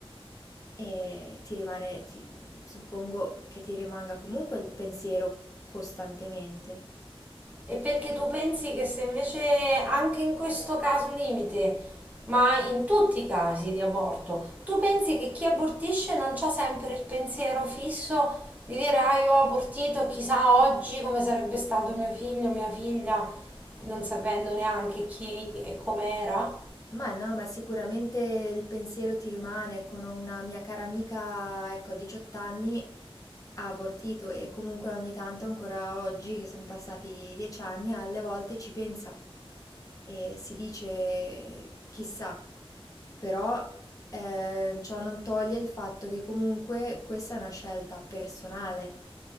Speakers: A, on the left (about 35°); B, on the right (about 15°).
A: E ti rimane, ti- suppongo che ti rimanga comunque il pensiero costantemente.
B: E perché tu pensi che se invece anche in questo caso limite, ma in tutti i casi di aborto, tu pensi che chi abortisce non c'ha sempre il pensiero fisso di dire ah io ho abortito, chissà oggi come sarebbe stato mio figlio, mia figlia, non sapendo neanche chi e com'era?
A: Ma no, ma sicuramente il pensiero ti rimane. Con una mia cara amica, ecco, a 18 anni ha abortito e comunque ogni tanto, ancora oggi, che sono passati 10 anni, alle volte ci pensa e si dice chissà, però eh, ciò non toglie il fatto che comunque questa è una scelta personale